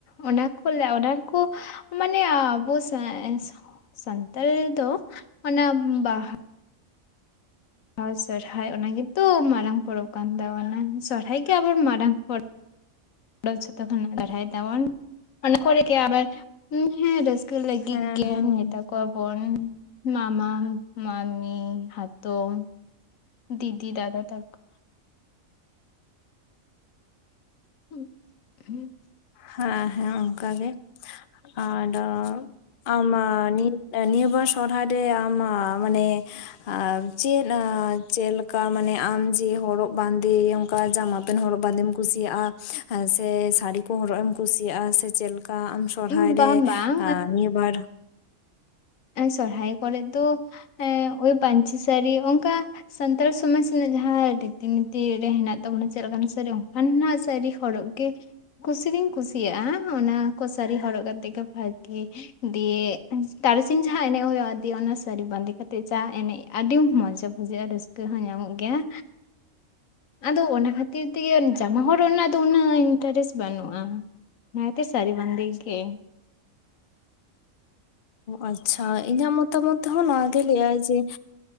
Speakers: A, on the left (about 80°); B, on the left (about 60°).
A: ᱚᱱᱟ ᱠᱚ ᱞᱮᱣᱰᱟ ᱠᱚ ᱢᱟᱱᱮ ᱟᱵᱚ ᱥᱟᱸᱭ ᱥᱮ ᱥᱟᱱᱛᱟᱞ ᱫᱚ ᱚᱱᱟ ᱵᱟᱦᱟ ᱟᱨ ᱥᱚᱨᱦᱟᱭ ᱚᱱᱟᱜᱮᱛᱚ ᱢᱟᱨᱟᱝ ᱯᱚᱨᱚᱵᱽ ᱠᱟᱱ ᱛᱟᱵᱚᱱᱟ ᱥᱚᱨᱦᱟᱭ ᱜᱮ ᱟᱵᱚᱣᱟᱜ ᱢᱟᱨᱟᱝ ᱯᱚᱨᱚᱵᱽ ᱚ ᱡᱚᱛᱚ ᱠᱷᱚᱱ ᱫᱟᱨᱦᱟᱭ ᱫᱟᱵᱚᱱ ᱚᱱᱟ ᱠᱚᱨᱮ ᱜᱮ ᱟᱵᱟᱨ ᱩᱸ ᱦᱮᱸ ᱵᱮᱥ ᱴᱷᱤᱠᱟᱹ ᱞᱟᱹᱜᱤᱫ
B: ᱦᱮᱸ
A: ᱜᱮ
B: ᱦᱮᱸ
A: ᱱᱮᱛᱟᱠ ᱠᱚᱵᱚᱱ ᱢᱟᱢᱟ ᱢᱟᱹᱢᱤ ᱦᱟᱛᱚᱢ ᱫᱤᱫᱤ ᱫᱟᱫᱟ ᱛᱟᱠᱚ ᱩᱸᱜ ᱦᱩᱸᱜ
B: ᱦᱮᱸ ᱦᱮᱸ ᱚᱱᱠᱟ ᱜᱮ ᱟᱨᱚ ᱟᱢᱟ ᱱᱤᱭᱟᱹᱵᱟᱨ ᱥᱚᱨᱦᱟᱭ ᱨᱮ ᱟᱢ ᱢᱟᱱᱮ ᱟᱨ ᱪᱮᱫ ᱪᱮᱫ ᱞᱮᱠᱟ ᱢᱟᱱᱮ ᱟᱢ ᱡᱮ ᱦᱚᱨᱚᱜ ᱵᱟᱸᱫᱮ ᱚᱱᱠᱟ ᱡᱟᱢᱟ ᱦᱟᱯᱮᱱ ᱦᱚᱲ ᱵᱟᱸᱫᱮᱢ ᱠᱩᱥᱤᱭᱟᱜᱼᱟ ᱥᱮ ᱥᱟᱲᱤ ᱠᱚ ᱦᱚᱨᱚᱜ ᱮᱢ ᱠᱩᱥᱤᱭᱟᱜᱼᱟ ᱥᱮ ᱪᱮᱫ ᱞᱮᱠᱟ ᱟᱢ ᱥᱚᱨᱦᱟᱭ
A: ᱦᱩᱸ ᱵᱟᱝ
B: ᱨᱮ
A: ᱵᱟᱝ
B: ᱱᱤᱭᱟᱹ ᱵᱟᱨ
A: ᱥᱚᱨᱦᱟᱭ ᱠᱚᱨᱮᱜ ᱫᱚ ᱮᱜ ᱳᱭ ᱯᱟᱹᱧᱪᱤ ᱥᱟᱹᱲᱤ ᱚᱱᱠᱟ ᱥᱟᱱᱛᱟᱲ ᱥᱚᱢᱟᱡᱽ ᱨᱮᱱᱟᱜ ᱡᱟᱦᱟᱸ ᱨᱤᱛᱤᱱᱤᱛᱤ ᱨᱮ ᱦᱮᱱᱟᱜ ᱛᱟᱵᱚᱱᱟ ᱪᱮᱫ ᱞᱮᱠᱟᱱ ᱥᱟᱹᱨᱤ ᱚᱱᱠᱟᱱᱟᱜ ᱥᱟᱹᱨᱤ ᱦᱚᱨᱚᱜ ᱜᱮ ᱠᱩᱥᱤ ᱫᱩᱧ ᱠᱩᱥᱤᱭᱟᱜᱼᱟ ᱚᱱᱟ ᱠᱚ ᱥᱟᱨᱤ ᱦᱚᱨᱚᱜ ᱠᱟᱛᱮ ᱜᱮ ᱵᱷᱟᱜᱤ ᱫᱤᱭᱮ ᱛᱟᱨᱟᱥᱤᱧ ᱡᱟᱦᱟᱸ ᱮᱱᱮᱡ ᱦᱩᱭᱩᱜᱼᱟᱫᱤ ᱚᱱᱟ ᱥᱟᱹᱲᱤ ᱵᱟᱸᱫᱮ ᱠᱟᱛᱮᱮᱫ ᱡᱟ ᱮᱱᱮᱡ ᱟᱹᱰᱤ ᱢᱚᱡᱮ ᱵᱩᱡᱟᱹᱜᱼᱟ ᱨᱟᱹᱥᱠᱟᱹᱼᱟ ᱠᱟᱹ ᱦᱚᱸ ᱧᱟᱢᱚᱜ ᱜᱮᱭᱟ ᱟᱫᱚ ᱚᱱᱟ ᱠᱷᱟᱹᱛᱤᱨ ᱛᱮᱜᱮ ᱡᱟᱢᱟ ᱦᱚᱨᱚᱜ ᱨᱮᱱᱟᱜ ᱫᱚ ᱩᱱᱟᱹᱜ ᱤᱱᱴᱟᱨᱮᱥᱴ ᱵᱟᱹᱱᱩᱜᱼᱟ ᱱᱟᱭᱛᱮ ᱥᱟᱹᱨᱤ ᱵᱟᱫᱮ ᱜᱮ
B: ᱟᱪᱪᱷᱟ ᱤᱧᱟᱹᱜ ᱢᱚᱛᱟᱢᱚᱛ ᱛᱮ ᱱᱚᱣᱟ ᱜᱮ ᱞᱟᱹᱭᱟᱭ ᱡᱮ